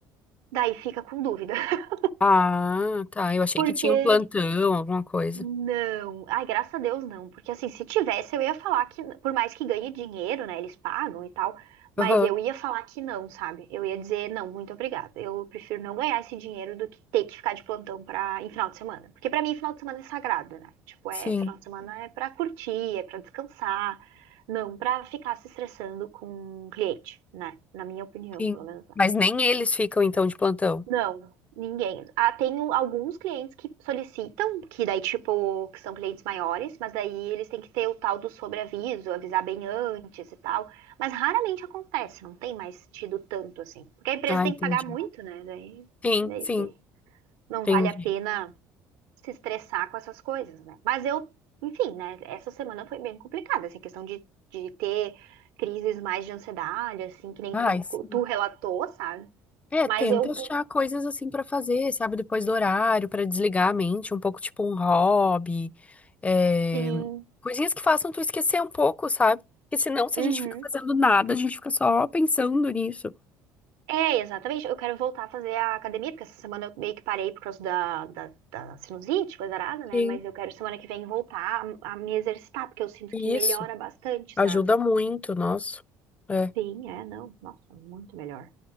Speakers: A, on the right (about 80°); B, on the left (about 20°).
A: Daí fica com dúvida, <laughs>
B: Ah, tá. Eu achei
A: porque
B: que tinha um plantão, alguma coisa.
A: Não, ai, graças a Deus não, porque assim, se tivesse eu ia falar que, por mais que ganhe dinheiro, né, eles pagam e tal, mas
B: Aham.
A: eu ia falar que não, sabe? Eu ia dizer não, muito obrigada. Eu prefiro não ganhar esse dinheiro do que ter que ficar de plantão para em final de semana, porque pra mim final de semana é sagrado, né? Tipo,
B: Sim,
A: é final de semana é pra curtir, é pra descansar, não pra ficar se estressando com o cliente, né? Na minha opinião,
B: sim.
A: pelo menos. né?
B: Mas nem eles ficam, então, de plantão.
A: Não, ninguém. Ah, tem um- alguns clientes que solicitam, que daí, tipo, que são clientes maiores, mas daí eles têm que ter o tal do sobreaviso, avisar bem antes e tal. Mas raramente acontece, não tem mais tido tanto assim. Porque a empresa
B: Ah,
A: tem
B: entendi.
A: que pagar muito, né? Daí
B: Sim,
A: meio
B: sim,
A: que não
B: entendi.
A: vale a pena se estressar com essas coisas, né? Mas eu, enfim, né? Essa semana foi bem complicada, assim, questão de, de ter crises mais de ansiedade, assim, que nem
B: Ai,
A: tu,
B: sim.
A: tu relatou, sabe?
B: É,
A: Mas
B: tenta
A: eu,
B: achar coisas assim pra fazer, sabe, depois do horário, pra desligar a mente, um pouco tipo um hobby, é,
A: sim.
B: coisinhas que façam tu esquecer um pouco, sabe? Porque senão, se
A: Uhum.
B: a gente fica fazendo nada, a gente fica só pensando nisso.
A: É, exatamente. Eu quero voltar a fazer a academia, porque essa semana eu meio que parei por causa da, da, da sinusite, coisa arada, né?
B: Sim.
A: Mas eu quero semana que vem voltar a, a me exercitar, porque eu sinto
B: Isso,
A: que melhora bastante,
B: ajuda
A: sabe?
B: muito, nossa. É.
A: Sim, é, não. Nossa, muito melhor.